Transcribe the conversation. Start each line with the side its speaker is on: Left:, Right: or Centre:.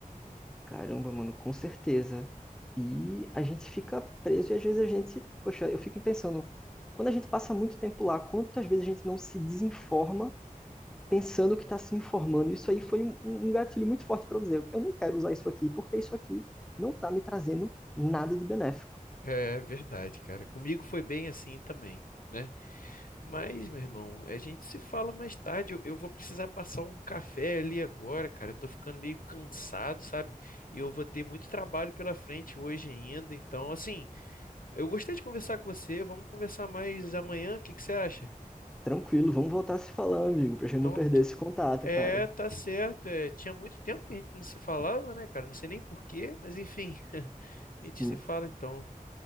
Centre: Caramba, mano, com certeza. E a gente fica preso e às vezes a gente, poxa, eu fico pensando, quando a gente passa muito tempo lá, quantas vezes a gente não se desinforma pensando que está se informando. Isso aí foi um, um um gatilho muito forte para eu dizer, eu não quero usar isso aqui, porque isso aqui não está me trazendo nada de benéfico.
Left: É verdade, cara. Comigo foi bem assim também, né? Mas, meu irmão, a gente se fala mais tarde. Eu, eu vou precisar passar um café ali agora, cara. Eu tô ficando meio cansado, sabe? E eu vou ter muito trabalho pela frente hoje ainda. Então, assim, eu gostei de conversar com você. Vamos conversar mais amanhã. O que que você acha?
Centre: Tranquilo, vamos voltar a se falar, amigo, para a gente
Left: Então,
Centre: não perder esse contato,
Left: É,
Centre: cara.
Left: tá certo. é, tinha muito tempo que a gente não se falava, né, cara? Não sei nem por quê, mas enfim, <laughs> a gente
Centre: Sim.
Left: se fala então,